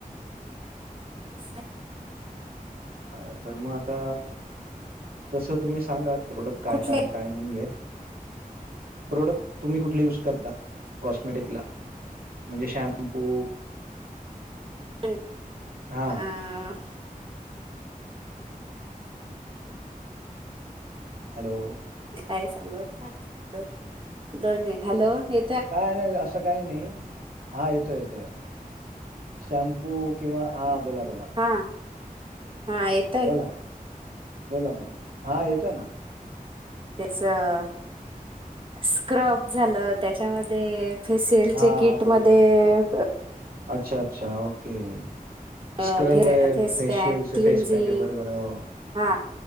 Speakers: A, on the right (about 35°); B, on the right (about 80°).
A: <unintelligible>
B: अ तर मग आता, तस तुम्ही सांगा. प्रोडक्ट काय
A: कुठले
B: काय, काय नाही आहे. प्रोडक्ट तुम्ही कुठले युज करता कॉस्मेटिकला? म्हणजे शॅम्पू
A: अ
B: हा
A: आ
B: हॅलो,
A: काय सांगु आता, दोन म दोन मिनिट. हॅलो, हे
B: काय नाही असं काही नाही हा येतोय येतोय शॅम्पू किंवा हा बोला बोला
A: हा हा एक
B: बोला, बोला बोला, हा येतोय ना.
A: त्याच स्क्रब झालं त्याच्यामध्ये, फेशियल
B: हा
A: चे किट
B: बरोबर
A: मध्ये
B: अच्छा अच्छा ओके
A: अं,
B: स्क्रब
A: फे
B: आहे.
A: फेस
B: फेशियल
A: पॅक
B: च
A: क्लिन्झिंग
B: फेस पॅक आहे बरोबर हो,
A: हा